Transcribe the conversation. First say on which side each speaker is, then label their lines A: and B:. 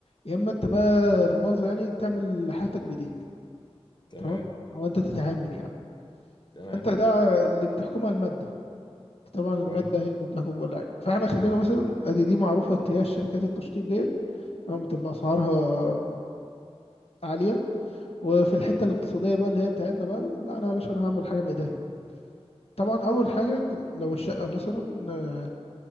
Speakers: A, on the left (about 70°); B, on the left (about 45°).
A: يا اما انت بقى لا مؤاخذه يعني تعمل حاجتك بايديك
B: تمام
A: تمام او انت تتعامل يعني
B: تمام
A: فانت ده اللي بتحكمها الماده طبعا
B: كويس
A: المادة هي اللي بتحكم كل حاجة فاحنا خلينا مثلا ادي دي معروفة اتجاه شركات التشطيب ديت أما بتبقى اسعارها عالية وفي الحتة الاقتصادية بقى اللي هي بتاعتنا بقى لا انا يا باشا انا هعمل حاجة بايديا طبعا اول حاجة لو الشقة مثلا آه،